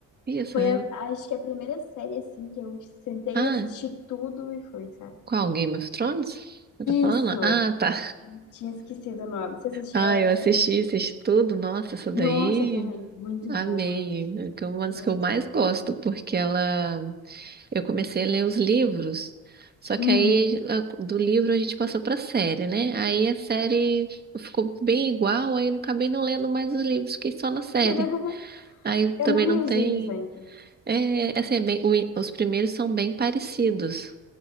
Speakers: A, on the right; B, on the left.
A: Isso,
B: Foi, a, acho que a primeira série, assim, que eu sentei
A: Ah,
B: e assisti tudo e foi, sabe?
A: qual? Game of Thrones? Você tá falando?
B: Isso!
A: Ah, tá.
B: Ai, Tinha esquecido o nome. Você assistiu
A: Ah,
B: essa?
A: eu assisti, assisti tudo. Nossa, essa daí
B: Nossa, eu também. Muito
A: amei.
B: boa.
A: É que é uma das
B: Muito
A: que eu mais gosto,
B: boa.
A: porque ela. Eu comecei a ler os livros, só
B: Uhum.
A: que aí a- do livro a gente passou pra série, né? Aí a série ficou bem igual, aí eu acabei não lendo mais os livros, fiquei só na série.
B: <laughs>
A: Aí também
B: Eu não li
A: não
B: os
A: tem.
B: livros ainda.
A: É, assim, é bem- o- os primeiros são bem parecidos.